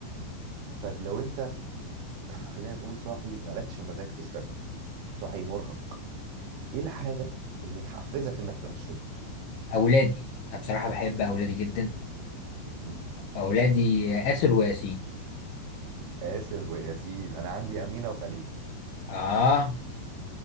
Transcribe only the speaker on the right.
طيب لو انت <clears throat> <laughs> خلينا نقول صاحي مالكش مزاج تشتغل صاحي مرهق ايه الحاجة اللي تحفزك انك تروح الشغل
مم.
آسر وياسين انا عندي أمينة وخليل